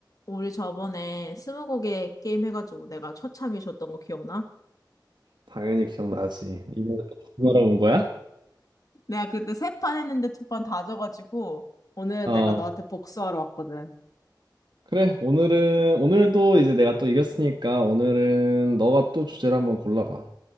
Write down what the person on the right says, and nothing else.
당연히 기억나지. 이번에 또 공부하러 온 거야?
어,
그래. 오늘은, 오늘도 이제 내가 또 이겼으니까 오늘은 너가 또 주제를 한번 골라봐.